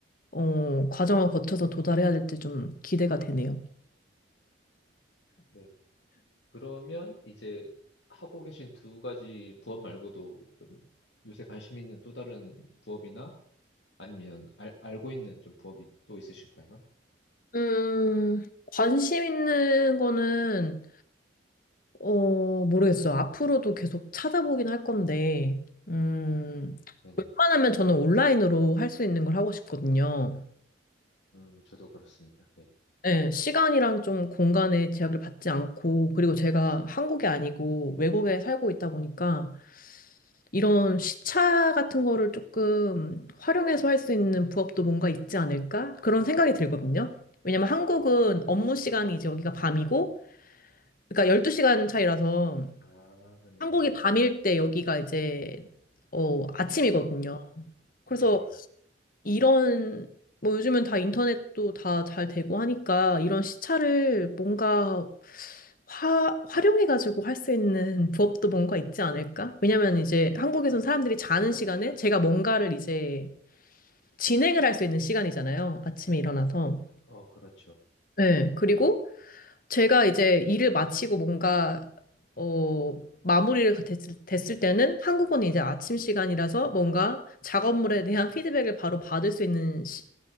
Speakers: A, on the left; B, on the left.
A: 어, 과정을 거쳐서 도달해야 될지 좀 기대가 되네요.
B: 네. 그러면 이제 하고 계신 두 가지 부업 말고도 좀 요새 관심 있는 또 다른 부업이나 아니면 알, 알고 있는 좀 부업이 또 있으실까요?
A: 음, 관심 있는 거는 어, 모르겠어요. 앞으로도 계속 찾아보긴 할 건데, 음,
B: 네네.
A: 웬만하면 저는 온라인으로 할 수 있는 걸 하고 싶거든요.
B: 음, 저도 그렇습니다. 네.
A: 네, 시간이랑 좀 공간의 제약을 받지 않고, 그리고 제가 한국이 아니고 외국에 살고 있다 보니까 이런 시차
B: 음,
A: 같은 거를 조금 활용해서 할 수 있는 부업도 뭔가 있지 않을까? 그런 생각이 들거든요. 왜냐면 한국은 업무 시간이 이제 여기가 밤이고, 그러니까 12시간 차이라서
B: 아, 네네.
A: 한국이 밤일 때 여기가 이제, 어, 아침이거든요. 그래서
B: 네네.
A: 이런 뭐 요즘은 다 인터넷도 다 잘 되고 하니까 이런 시차를 뭔가 화, 활용해가지고 할 수 있는 <laughs> 부업도 뭔가 있지 않을까? 왜냐면 이제 한국에선 사람들이 자는 시간에 제가 뭔가를 이제 진행을 할 수 있는 시간이잖아요. 아침에 일어나서.
B: 어, 그렇죠.
A: 네. 그리고 제가 이제 일을 마치고 뭔가 어 마무리를 됐을, 됐을 때는 한국은 이제 아침 시간이라서 뭔가 작업물에 대한 <laughs> 피드백을 바로 받을 수 있는 시-